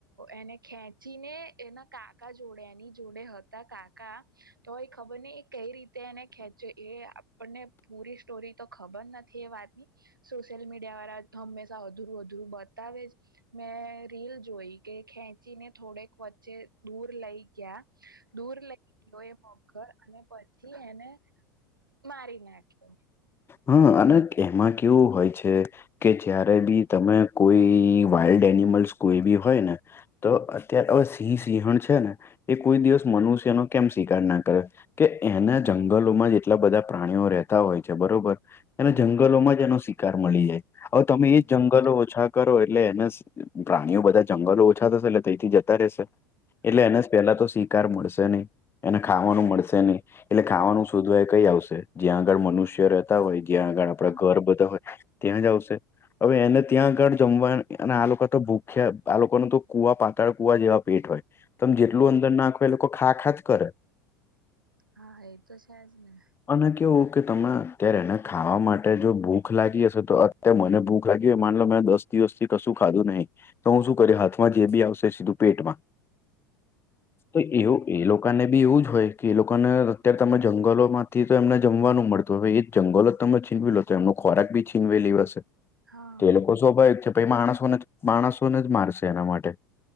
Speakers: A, on the right; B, on the left.
A: એને ખેચ ચીને એના કાકા જોડેની જોડે હતા કાકા તો એ ખબર ને કઈ રીતે તે એને ખેંચો એ આપણને પૂરી સ્ટોરી તો ખબર નથી એ વાતની સોશિયલ મીડ વાળ હંમેશા અધુરું અધુરું બતાવે જ. મેં રીલ જોઈ કે ખેંચીને થોડેક વચ્ચે દૂર લઈ ગયા દૂર લઈ ગયો એ મગર અને પછી એને મારી નાખ્યો
B: હા અને એમાં કેવું હોય છે કે જયારે બી તમે કોઈ વાઈલ્ડ એનિમલ્સ કોઈ બી હોય ને તો અત્યારે હવે સિંહ સિંહણ છે ને એ કોઈ
A: હમ.
B: દિવસ મનુષ્યનો કેમ સ્કારાર ના કરે કે એના જંગલોમાં જેટલા બધા પ્રાણીઓ રહેતા હોય છે બરોબર. એને
A: હમ
B: જંગલોમાં જ એનો શિકાર મળી જાય હવે તમે
A: હમ
B: એજ
A: હમ.
B: જંગલો ઓછા કરો એટલે એને પ્રાણીઓ બધા જંગલો ઓછા થશે એટલે તથી જતા રશે
A: હા
B: એટલે એને જ પેલા તો શિકાર મળશે નહી એને ખાવાનું મળશે નહી એટલે ખાવાનું શોધવા એ કઈ આવશે જ્યાં આગળ મનુષ્ય રહે. હોય જ્યાં આગળ
A: હા
B: આપણા ઘર બધા હોય ત્યાં જ આવશે હવે એને ત્યાં આગળ જમવા, અને આ લોકો તો ભૂખ્યા, આ લોકો ન તો કુવા પાતાળ કુવા જેવા પેટ હોય ત જેટલું
A: હા
B: અંદર નાખો એ લોકો ખા ખા જ કરે
A: હા એ તો છેજ ને
B: અના કે ઓકે તમા અ્યારે એને ખાવા માટે જો ભૂખ લાગી હશે તો અત્યારે મને ભૂખ લાગી માનલો મે દ દિવથી કશું ખાધું નહીિ તો હું શું કર હાથમાં જે બી આવશે સીધું પેટમાં તો એ એ લોકો ને બી એવું જ હોય કે એ લોકોને અત્યારે તમે જંગલો માંથી તો એમને જમવાનું મળતું હ એ જંગલો તમે છીનવી લો, તો એમનું ખોરાક બી છીનવી લેવાશે,
A: હા
B: તો એ લોકો સ્વભાવિક છે, પહીં માણસોને જ, માણસોને જ મારશે એના માટે,